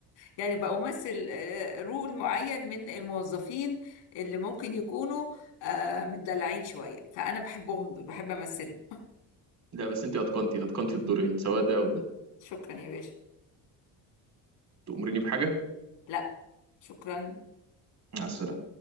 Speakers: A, on the left; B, on the right.
A: يعني بمثل آه، رول معين من الموظفين اللي ممكن يكونوا آه، متدلعين شويه فانا بحبهم دول بحب امثلهم
B: لا بس انت اتقنتي اتقنتي الدورين سواء ده او ده
A: <laughs> شكرا يا باشا
B: تأمريني بحاجه
A: لا شكرا
B: مع السلامه